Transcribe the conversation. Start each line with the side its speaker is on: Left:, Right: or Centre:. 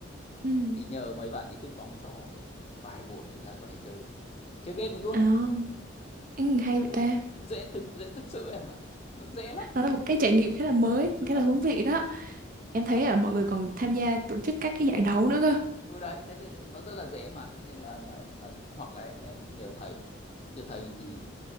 Right: ừ.
Left: thì nhờ mấy bạn đi tung bóng cho khoảng độ vài buổi là có thể chơi được chơi game được luôn
Right: à,
Left: ấy
Right: ừ, hay vậy ta
Left: dễ thực dễ thực sự em ạ nó dễ lắm
Right: nó là một cái trải nghiệm khá là mới khá
Left: ờ
Right: là thú vị đó em thấy
Left: nó
Right: là mọi người còn tham gia tổ chức các cái giải đấu nữa cơ
Left: ừ đấy thế, thế, thế, nó rất là dễ mà cho nên là là là hoặc là em em nhờ thầy nhờ thầy thì